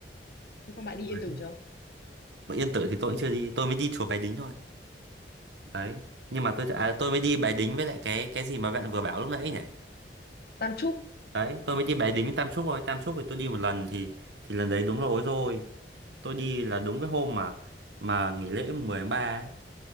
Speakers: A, on the left; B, on the right.
A: Thế con bạn đi
B: đấy.
A: Yên Tử chưa?
B: Mà Yên Tử thì tôi cũng chưa đi tôi mới đi chùa Bái Đính thôi đấy nhưng mà tôi à, tôi mới đi Bái Đính với lại cái cái gì mà bạn vừa bảo lúc nãy nhỉ
A: Tam trúc
B: đấy tôi mới đi Bái Đính với Tam Trúc thôi Tam Trúc thì tôi đi một lần thì thì lần đấy đúng là ối rồi tôi đi là đúng cái hôm mà mà nghỉ lễ 10 tháng 3 ấy.